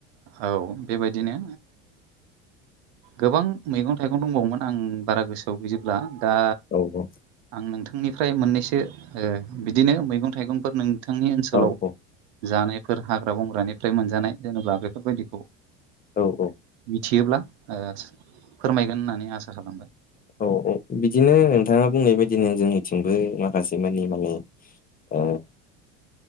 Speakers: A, on the right; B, on the left.
A: औ बेबायदिनो गोबां मैगं थाइगं दंबावोमोन आं बारा गोसो औ गैयजोब्ला दा
B: औ औ
A: आं नोंथांनिफ्राय मोननैसो बिदिनो मैगं थाइगंफोर नोंथांनि ओनसोलाव
B: औ औ
A: जानायफोर हाग्रा बंग्रानिफ्राय मोनजानाय दोनोब्ला बेफोरबायदिखौ
B: औ
A: मिथियोब्ला फोरमायगोन होननानै आसा खालामबाय
B: औ औ बिदिनो नोंथाङा बुंनाय बायदिनो जोंनिथिंबो माखासे माने माने औ